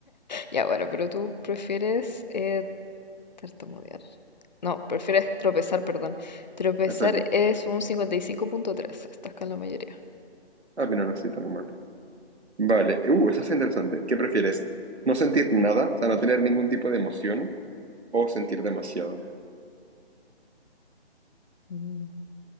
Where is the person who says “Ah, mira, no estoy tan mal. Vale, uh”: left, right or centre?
Right